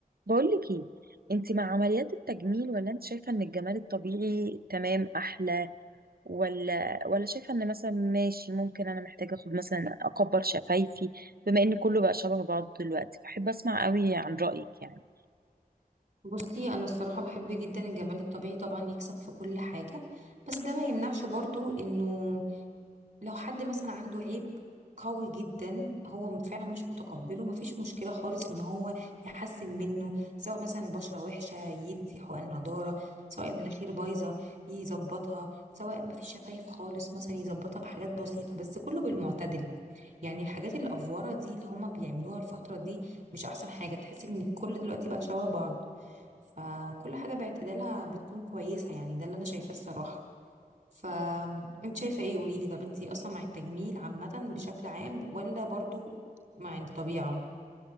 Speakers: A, on the right; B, on the right.
A: بقولك ايه انت مع عمليات التجميل ولا انت شايفة ان الجمال الطبيعي تمام احلى ولا ولا شايفة ان مثلا ماشي ممكن انا محتاجة اخد مثلا اكبر شفايفي بما ان كله بقى شبه بعض دلوقتي فاحب اسمع قوي عن رأيك يعني
B: بصي انا الصراحه بحب جدا الجمال الطبيعي طبعا يكسب في كل حاجه بس ده ما يمنعش برضو انه لو حد مثلا عنده عيب قوي جدا هو فعلا مش متقبله مفيش مشكله خالص ان هو يحسن منه سواء مثلا البشره وحشه يدي حقن نضاره سواء المناخير بايظه يظبطها سواء مفيش شفايف خالص مثلا يظبطها بحاجات بسيطه بس كله بالمعتدل يعني الحاجات الافوره دي اللي هما بيعملوها الفتره دي مش احسن حاجه تحس ان الكل دلوقتي بقى شبه بعض فكل حاجة باعتدالها بتكون كويسة يعني ده اللي أنا شايفاه الصراحة فأنت شايفة إيه قوليلي طب أنت أصلا مع التجميل عامة بشكل عام ولا برضو مع الطبيعة؟